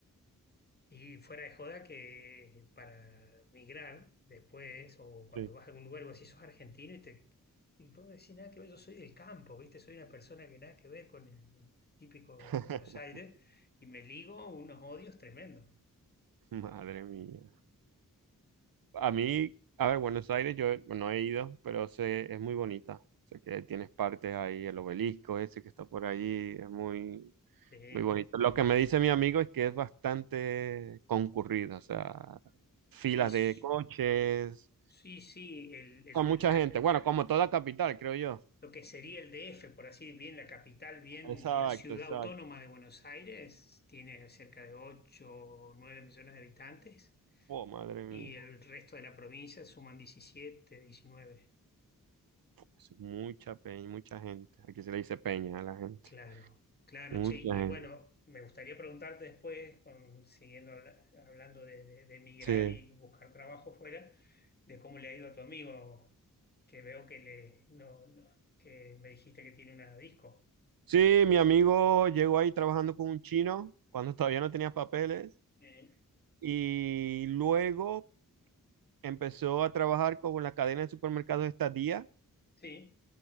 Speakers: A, on the left; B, on the right.
A: Y fuera de joda que para migrar después o cuando
B: Sí.
A: vas a algún lugar, vos decís, sos argentino y te... Y vos decís, nada que ver, yo soy del campo, ¿viste? Soy una persona que nada que ver con el típico
B: <laughs>
A: de Buenos Aires y me ligo unos odios tremendos.
B: Madre mía. A mí, a ver, Buenos Aires yo no he ido, pero sé, es muy bonita. Sé que tienes partes ahí, el obelisco ese que está por ahí, es muy,
A: Sí.
B: Muy bonito. Lo que me dice mi amigo es que es bastante concurrido, o sea, filas
A: Y s-
B: de coches,
A: sí, sí, el, el-
B: con mucha
A: la-
B: gente. Bueno, como toda capital, creo yo.
A: lo que sería el DF, por así bien la capital, bien
B: Exacto,
A: la ciudad
B: exacto.
A: autónoma de Buenos Aires, tiene cerca de 8 o 9 millones de habitantes
B: Oh, madre mía.
A: y el resto de la provincia suman 17 diecinueve
B: Es mucha peña, mucha gente. Aquí se le dice peña a la gente.
A: Claro, claro,
B: Mucha
A: che. Y
B: gente.
A: bueno, me gustaría preguntarte después, con- siguiendo habla- hablando de, de, de emigrar
B: Sí.
A: y buscar trabajo fuera, de cómo le ha ido a tu amigo, que veo que le, no, no- que me dijiste que tiene una disco.
B: Sí, mi amigo llegó ahí trabajando con un chino cuando todavía no tenía papeles
A: Sí.
B: y luego empezó a trabajar con la cadena de supermercados esta día
A: Sí.